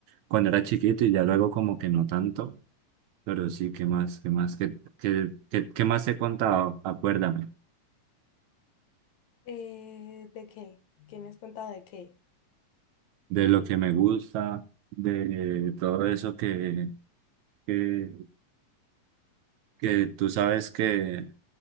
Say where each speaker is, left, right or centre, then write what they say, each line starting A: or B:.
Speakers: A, on the right; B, on the left.
A: cuando era chiquito y ya luego como que no tanto, pero sí, ¿qué más? ¿Qué más? ¿Qué, qué, qué, qué más te he contado? Acuérdame
B: Eh, ¿de qué? ¿Qué me has contado de qué?
A: de lo que me gusta, de todo eso que, que, que tú sabes que,